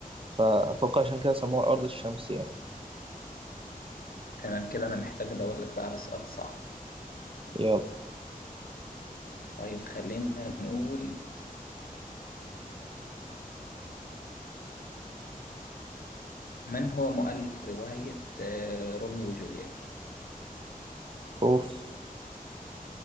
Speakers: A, on the right; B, on the left.
A: فأتوقع عشان كده سموها أرض الشمس يعني
B: تمام كده أنا محتاج أدور لك بقى على سؤال صعب
A: يلا
B: طيب خلينا نقول من هو مؤلف رواية آه، روميو وجولييت؟
A: أوف